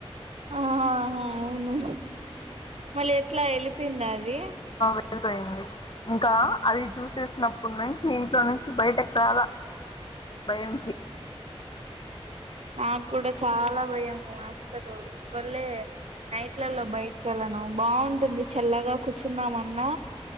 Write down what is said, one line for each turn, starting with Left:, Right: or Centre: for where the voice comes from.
Right: ఆహ అవును మళ్ళీ ఎట్లా వెలిపోయిందా అది
Left: అయిపోయింది ఇంకా అది చూసేసినప్పటి నుంచి ఇంట్లో నుంచి బయటకి రాల భయం
Right: నాకు కూడా చాలా భయము అస్సలు వటివల్లే నైట్లలో బయటిక వెళ్ళలను బాగుంటుంది చల్లగా కూర్చుందాంన్నా